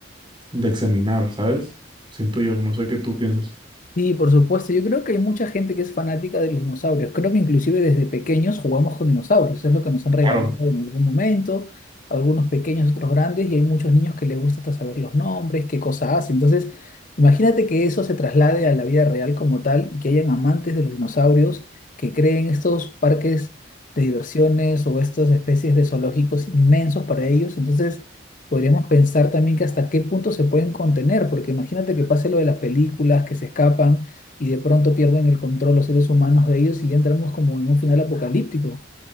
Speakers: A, on the right (about 25°); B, on the left (about 40°).
A: de examinar, ¿sabes? Siento yo, no sé qué tú piensas.
B: Sí, por supuesto. Yo creo que hay mucha gente que es fanática de los dinosaurios. Creo que inclusive desde pequeños jugamos con dinosaurios. Es lo que nos han regalado
A: Claro.
B: en algún momento. Algunos pequeños, otros grandes. Y hay muchos niños que les gusta hasta saber los nombres, qué cosa hace. Entonces, imagínate que eso se traslade a la vida real como tal y que hayan amantes de los dinosaurios que creen estos parques de diversiones o estas especies de zoológicos inmensos para ellos. Entonces podríamos pensar también que hasta qué punto se pueden contener, porque imagínate que pase lo de las películas, que se escapan y de pronto pierden el control los seres humanos de ellos y ya entramos como en un final apocalíptico.